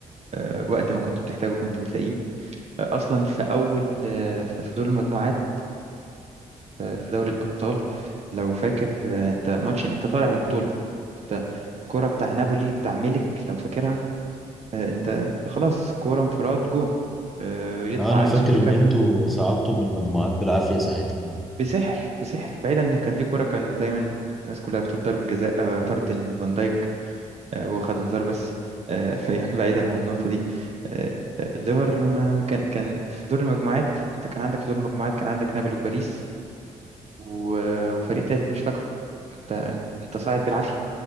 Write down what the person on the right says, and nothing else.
آه، وقت ما كنت بتحتاجه كنت بتلاقيه آه، أصلا في أول آه، في في دور المجموعات في دوري الأبطال لو فاكر آه، أنت ماتش أنت طالع من البطولة أنت كرة بتاع نابولي بتاع ميلك لو فاكرها آه، أنت خلاص كرة انفراد جون آه، يطلع
أليسون بيكر
بسحر بسحر بعيدا إن كان في كرة كان دايما الناس كلها بتقول ضربة جزاء آه، طرد الفان دايك آه، هو خد انذار بس آه، <laughs> يعني بعيدا عن النقطة دي آه، آه، الليفر ما كان كان في دور المجموعات أنت كان عندك في دور المجموعات كان عندك نابولي وباريس و- آه، وفريق تالت مش فاكره أنت أنت صاعد بالعافية